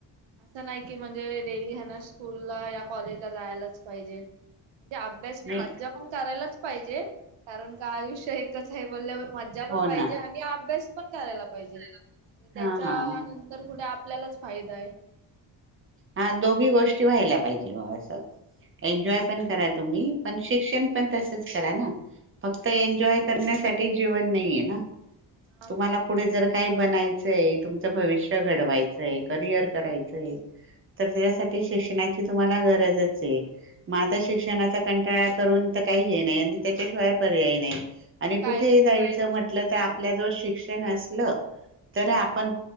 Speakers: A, on the right; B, on the right.
A: असं नाही की म्हणजे डेली ह ना स्कूलला या कॉलेजला जायलाच पाहिजे म्हणजे अभ्यास
B: नाही
A: मज्जा पण करायलाच पाहिजे कारण का आयुष्य एकच आहे बोलल्यावर मज्जा पण
B: हो
A: पाहिजे
B: ना
A: आणि अभ्यास पण करायला पाहिजे
B: पाहिजे
A: आणि त्याच्या
B: हा हा
A: नंतर कुठे आपल्यालाच फायदा आहे
B: हा दोघी गोष्टी व्हायल्या पाहिजे बा असं एन्जॉय पण करा तुम्ही पण शिक्षण पण तसच करा ना फक्त एन्जॉय करण्यासाठी जीवन नाहीये ना
A: हा
B: तुम्हाला
A: मग
B: पुढे
A: ते
B: जर काय बनायचं तुमचं भविष्य घडवायचंय करियर करायचंय तर त्याच्यासाठी शिक्षणाची तुम्हाला गरजच
A: गरज
B: आहे
A: शिक्षण
B: मग आता
A: पाहिजे
B: शिक्षणाचा कंटाळा करून का नाही त्याच्याशिवाय पर्याय नाही आणि कुठे
A: काय
B: जायच म्ह लं तर आपल्या ज शिक्षण असलं तर आपण